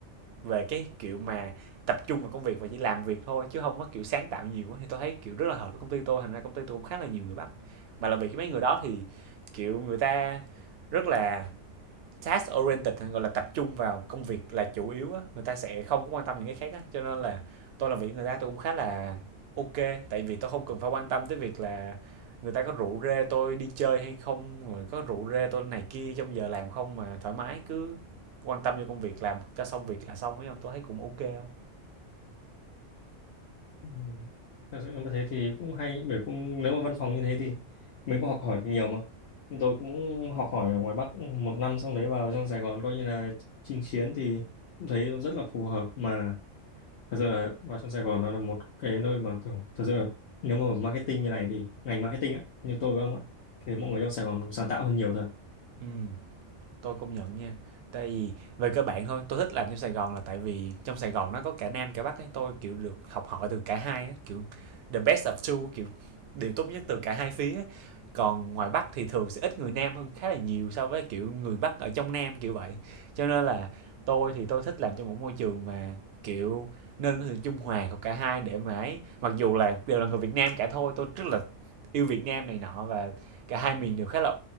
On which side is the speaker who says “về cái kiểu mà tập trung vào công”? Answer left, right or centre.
Right